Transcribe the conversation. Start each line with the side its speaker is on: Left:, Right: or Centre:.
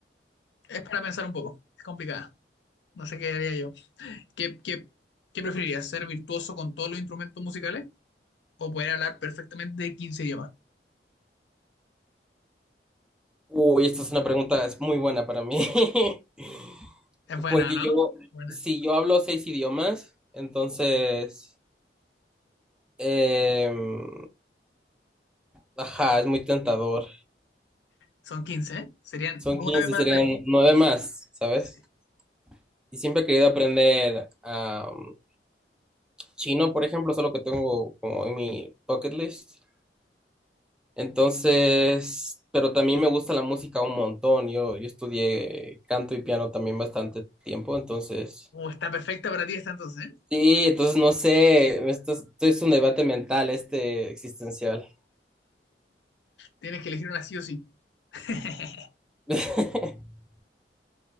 Left: Es para pensar un poco, es complicada. No sé qué haría yo. ¿Qué, qué, qué preferirías? ¿Ser virtuoso con todos los instrumentos musicales o poder hablar perfectamente de 15 idiomas?
Centre: Uy, esta es una pregunta es muy buena para mí. <laughs>
Left: Es buena,
Centre: Porque
Left: ¿no?
Centre: yo,
Left: Buena.
Centre: si yo hablo seis idiomas, entonces, em, ajá, es muy tentador.
Left: Son quince. ¿eh? Serían
Centre: Son
Left: 9
Centre: 15
Left: más,
Centre: serían
Left: de
Centre: nueve más, ¿sabes?
Left: Sí.
Centre: Y siempre he querido aprender am, chino, por ejemplo, solo que tengo como en mi bucket list. Entonces, pero también me gusta la música un montón. Yo, yo estudié canto y piano también bastante tiempo, entonces.
Left: Oh, está perfecta para ti esta entonces, ¿eh?
Centre: Sí, entonces no sé, esto es, esto es un debate mental, este existencial.
Left: Tienes que elegir una sí o sí. <laughs>
Centre: <laughs>